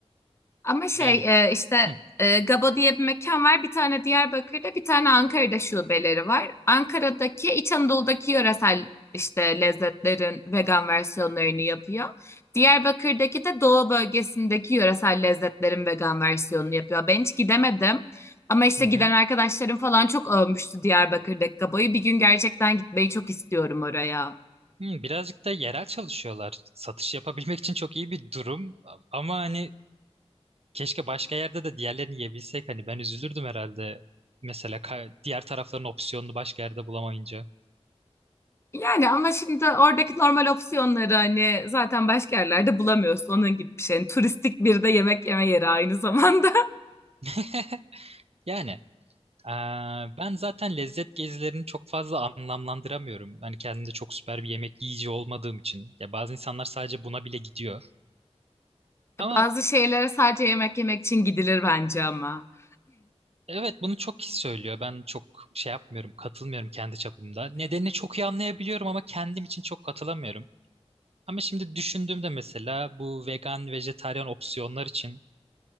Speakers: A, on the left (about 25°); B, on the right (about 60°).
A: Ama şey
B: Yani
A: e, işte
B: hı,
A: e, Gabo diye bir mekan var. Bir tane Diyarbakır'da, bir tane Ankara'da şubeleri var. Ankara'daki, İç Anadolu'daki yöresel işte lezzetlerin vegan versiyonlarını yapıyor. Diyarbakır'daki de Doğu bölgesindeki yöresel lezzetlerin vegan versiyonunu yapıyor. Ben hiç gidemedim. Ama işte
B: hı
A: giden
B: hı.
A: arkadaşlarım falan çok övmüştü Diyarbakır'daki Gabo'yu. Bir gün gerçekten gitmeyi çok istiyorum oraya.
B: Hı, birazcık da yerel çalışıyorlar. Satış yapabilmek için çok iyi bir durum ama hani Keşke başka yerde de diğerlerini yiyebilsek. Hani ben üzülürdüm herhalde. Mesela ka- diğer tarafların opsiyonunu başka yerde bulamayınca.
A: Yani ama şimdi oradaki normal opsiyonları hani zaten başka yerlerde bulamıyorsun onun gibi bir şey. Yani turistik bir de yemek yeme yeri aynı zamanda.
B: <laughs> Yani eee, ben zaten lezzet gezilerini çok fazla anlamlandıramıyorum. Hani kendimde çok süper bir yemek yiyici olmadığım için. Ya bazı insanlar sadece buna bile gidiyor.
A: <laughs>
B: Ama
A: Bazı şeylere sadece yemek yemek için gidilir bence ama. <laughs>
B: evet bunu çok kişi söylüyor. Ben çok şey yapmıyorum, katılmıyorum kendi çapımda. Nedenini çok iyi anlayabiliyorum ama kendim için çok katılamıyorum. Ama şimdi düşündüğümde mesela bu vegan, vejetaryen opsiyonlar için